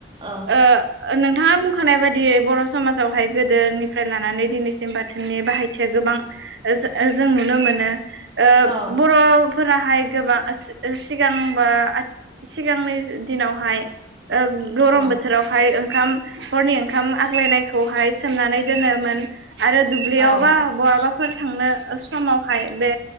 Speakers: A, on the right; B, on the right.
A: औ
B: ओ नोंथाङा बुंखानाय बायदियै बर' समाजावहाय गोदोनिफ्राय लानानै दिनैसिम बाथोननि बाहायथिया गोबां जों नुनो मोनो। ओ
A: औ
B: बर' -फोराहाय गोबां सिगांबा सिगांनि दिनावहाय गरम
A: औ
B: बोथोरावहाय ओंखाम हरनि ओंखाम आग्लायनायखौहाय सोमनानै दोनोमोन। आरो दुब्लियावबा
A: औ
B: बहाबा फोर थांनो समावहाय बे